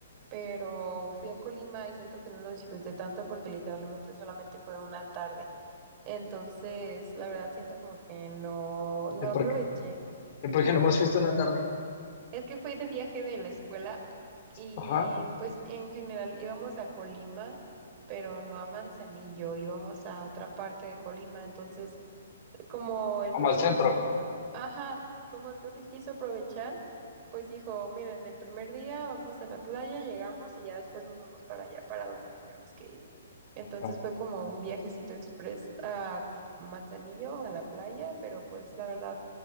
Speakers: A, on the right (about 35°); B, on the left (about 50°).
A: pero fui a Colima y siento que no lo disfruté tanto porque literalmente solamente fue una tarde. Entonces, la verdad siento como que no, no
B: Es
A: aproveché.
B: porque, por porque nomás fuiste una tarde.
A: Es que fui de viaje de la escuela y
B: Ajá.
A: pues en general íbamos a Colima, pero no a Manzanillo, íbamos a otra parte de Colima, entonces como el
B: Como
A: profe
B: al centro.
A: quiso como, ajá, como el profe quiso aprovechar, pues dijo, miren, el primer día vamos a la playa, llegamos y ya después nos vamos para allá, para donde tenemos que ir. Entonces
B: Ajá.
A: fue como un viajecito express a Manzanillo, a la playa, pero pues la verdad